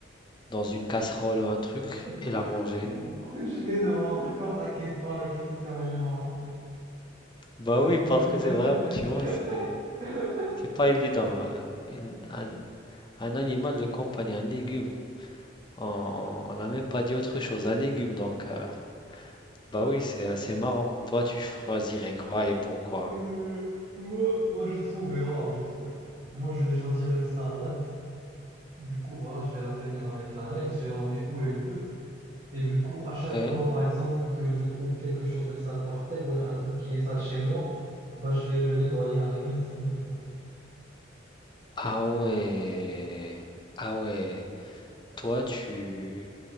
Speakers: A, on the left (about 25°); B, on the right (about 35°).
A: dans une casserole ou un truc
B: En
A: et la
B: fait,
A: manger.
B: en fait, je viens de me rendre compte à quel point la question elle est marrante.
A: Bah
B: <laughs>
A: oui, parce que c'est vraiment, tu vois, c'est c'est pas évident. euh, une- un, un animal de compagnie, un légume, on on n'a même pas dit autre chose, un légume, donc euh, bah oui, c'est assez marrant. Toi, tu choisirais quoi et pourquoi?
B: Euh, moi, moi, j'ai trouvé, waouh, j'ai trouvé. Moi, je vais choisir une salade. Du coup, voilà, je vais la tenir avec la laisse, je vais l'emmener où elle veut. Et du coup, à chaque
A: Hein
B: fois, par exemple, que je trouve quelque chose de sale par terre ou un truc qui est sale chez moi, bah, je vais le nettoyer avec la sonde.
A: Ah ouais, ah ouais, toi, tu